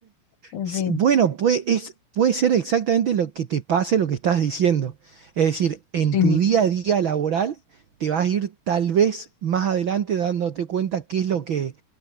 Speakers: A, on the left; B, on the right.
A: En
B: Sí,
A: fin.
B: Bueno, puede, es, puede ser exactamente lo que te pase, lo que estás diciendo. Es decir, en
A: Sí,
B: tu día a día laboral te vas a ir tal vez más adelante dándote cuenta qué es lo que